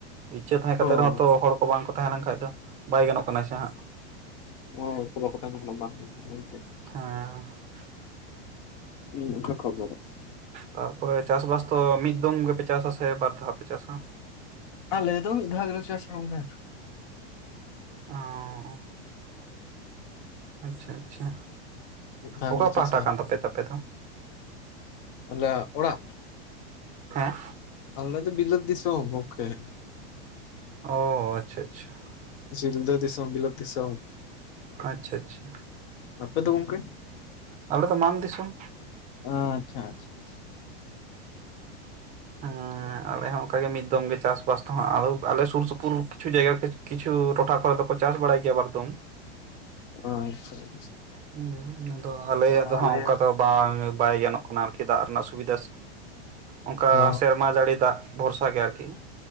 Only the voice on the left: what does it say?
ᱦᱳᱭ
<unintelligible>
ᱩᱸ ᱚᱠᱟ ᱠᱷᱚᱵᱚᱨᱟᱜ
ᱟᱞᱮ ᱫᱚ ᱢᱤᱫ ᱫᱷᱟᱣ ᱜᱮᱞᱮ ᱪᱟᱥᱟ ᱜᱚᱝᱠᱮ᱾
ᱢᱤᱫ ᱫᱷᱟᱣ
ᱜᱮᱞᱮ
ᱪᱟᱥᱟ
ᱟᱞᱮᱭᱟᱜ ᱚᱲᱟᱜ᱾
ᱟᱞᱮ ᱫᱚ ᱵᱤᱞᱟᱹᱛ ᱫᱤᱥᱚᱢ ᱜᱚᱝᱠᱮ
ᱥᱤᱞᱫᱟᱹ ᱫᱤᱥᱚᱢ ᱵᱤᱞᱟᱹᱛ ᱫᱤᱥᱚᱢ
ᱟᱯᱮ ᱫᱚ ᱜᱚᱢᱠᱮ
ᱚᱸ ᱟᱪᱷᱟ ᱪᱷᱟ ᱪᱷᱟ
ᱟᱪᱪᱷᱟ ᱟᱪᱪᱷᱟ
ᱚ
ᱟᱞᱮ
ᱚ